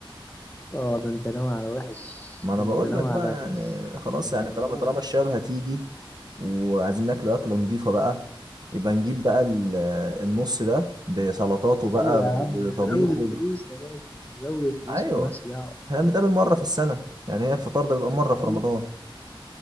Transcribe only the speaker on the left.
اه ده انت ناوي على وحش
ده
انت ناوي
على
بص
انا
موت
ايوه يا
عم
زود الفلوس يا باشا زود الفلوس
ومالكش دعوة
أيوة.